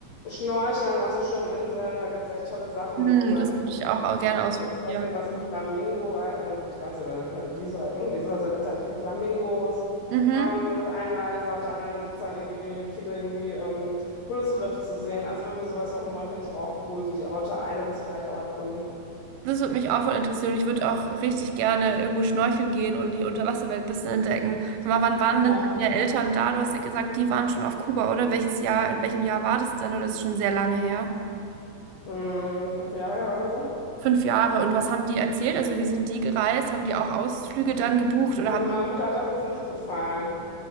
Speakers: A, on the left (about 75°); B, on the right (about 80°).
A: Schnorcheln auf so schönen Inseln. Da gibt es echt tolle Sachen,
B: hm,
A: wo du dann
B: das würde ich auch, auch gerne ausprobieren.
A: Das heißt irgendwas mit Flamingo, äh, irgendwas- weiß ich aber nicht, Paradiso, äh, irgendwie sowas. Da gibt es halt viele Flamingos.
B: Mhm.
A: Ähm, auf einer Insel, auf der anderen gibt es dann irgendwie viele irgendwie ähm, cooles Riff zu sehen. Also wenn wir sowas machen wollen, fände ich auch cool. So die Outer Islands vielleicht auch erkunden.
B: Das würde mich auch voll interessieren. Ich würde auch richtig gerne irgendwo schnorcheln gehen und die Unterwasserwelt ein bisschen entdecken. Sag mal, wann waren
A: Ja.
B: denn deine Eltern da? Du hast ja gesagt, die waren schon auf Kuba, oder? Welches Jahr, in welchem Jahr war das denn? Oder ist schon sehr lange her?
A: Hm, fünf Jahre her oder so.
B: Fünf Jahre. Und was haben die erzählt? Also, wie sind die gereist? Haben die auch Ausflüge dann gebucht oder
A: Also
B: haben
A: meiner Mutter hat das jetzt nicht gefallen.